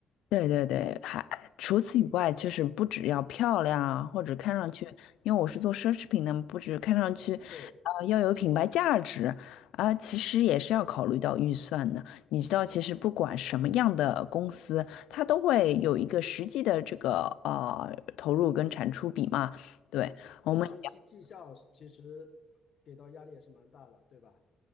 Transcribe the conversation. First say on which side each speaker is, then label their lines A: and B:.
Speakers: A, on the left; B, on the left.
A: 对对对，还除此以外，就是不只要漂亮啊，或者看上去，因为我是做奢侈品的嘛，不止看上去，
B: 对
A: 啊，要有品牌价值啊，其实也是要考虑到预算的。你知道，其实不管什么样的公司，它都会有一个实际的这个呃投入跟产出比嘛。对，我们。
B: 对，这个绩绩效其实给到压力也是蛮大的，对吧？